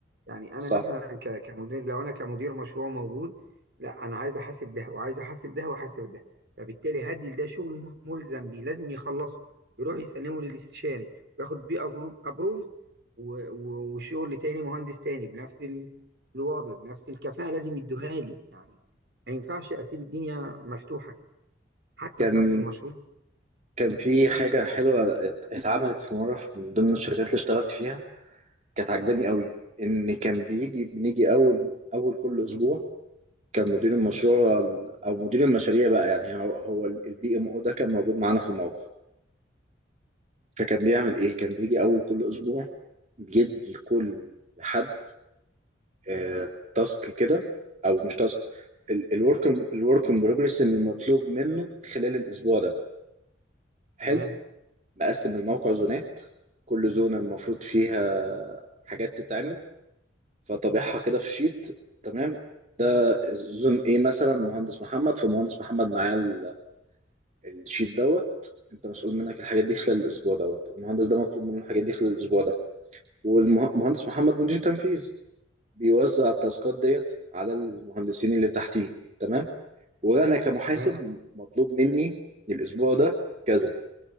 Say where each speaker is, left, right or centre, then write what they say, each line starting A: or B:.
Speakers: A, on the right (about 55°); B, on the right (about 40°).
A: يعني أنا
B: صح
A: مثلا ك... كمدير لو أنا كمدير مشروع موجود لا أنا عايز أحاسب ده وعايز أحاسب ده وأحاسب ده فبالتالي هدي لده شغل م- ملزم بيه لازم يخلصه يروح يسلمه للاستشاري وياخد بيه أبروفد و... و... وشغل تاني مهندس تاني بنفس ال... الوضع بنفس الكفاءة لازم يدوها لي يعني ما ينفعش أسيب الدنيا مفتوحة كده حتى
B: كان
A: في نفس المشروع
B: كان في حاجة حلوة ات- اتعملت في مرة في- من ضمن الشركات اللي اشتغلت فيها كانت عجباني قوي إن كان بيجي بنيجي أول أول كل أسبوع كان مدير المشروع ال- أو مدير المشاريع بقى يعني هو هو البي ام او ده كان موجود معانا في الموقع فكان بيعمل إيه؟ كان بيجي أول كل أسبوع بيدي كل حد آه، تاسك كده أو مش تاسك الورك الورك ان بروجرس المطلوب منه خلال الأسبوع ده حلو
A: تمام
B: مقسم الموقع زونات كل زونة المفروض فيها حاجات تتعمل فطابعها كده في شيت تمام ده زون ايه مثلا مهندس محمد فمهندس محمد معاه ال- الشيت دوت انت مسؤول منك الحاجات دي خلال الاسبوع دوت المهندس ده مطلوب منه الحاجات دي خلال الاسبوع ده والمهندس محمد مدير تنفيذ بيوزع التاسكات ديت على المهندسين اللي تحتيه تمام وانا كمحاسب
A: تمام
B: مطلوب مني الاسبوع ده كذا